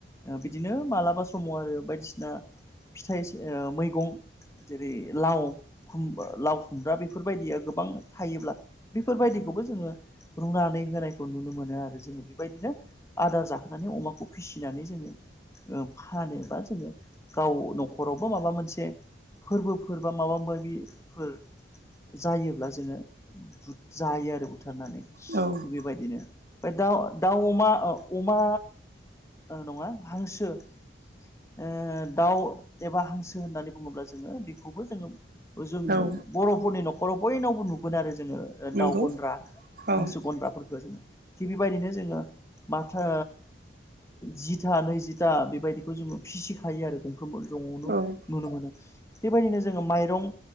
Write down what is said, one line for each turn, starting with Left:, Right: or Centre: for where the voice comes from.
Left: बिदिनो मालाबा समाव आरो बायदिसिना फिथाइसो ओ मैगं जेरै लाव खुम लाव खुमब्रा बेफोरबायदिया गोबां थायोब्ला बेफोरबायदिखौबो जोङो रुनानै होनायखौ नुनो मोनो आरो जोङो बेबायदिनो आदार जाखोनानै अमाखौ फिसिनानै जोङो ओ फानोबा जोङो गाव न'खरावबो माबा मोनसे फोरबोफोर बा माबा माबिफोर जायोब्ला जोङो जायो आरो बुथारनानै।
Right: औ
Left: बेबायदिनो फाय दा दाउ, अमा अ अमा ओ नङा हांसो ओ दाउ एबा हांसो होननानै बुङोब्ला जोङो बेखौबो जोङो ओजों
Right: औ
Left: बर'फोरनि न'खराव बयनावबो नुगोन आरो जोङो। ओ
Right: नंगौ
Left: दाउ गन्द्रा,
Right: औ औ
Left: हांसो गन्द्राफोरखो जोङो। थिग बेबायदिनो जोङो माथो जिथा नैजिथा बेबायदिखौ जोङो फिसिखायो आरो गंफ्रोमबो न'आवनो
Right: औ
Left: नुनो मोनो बेबायदिनो जोङो माइरं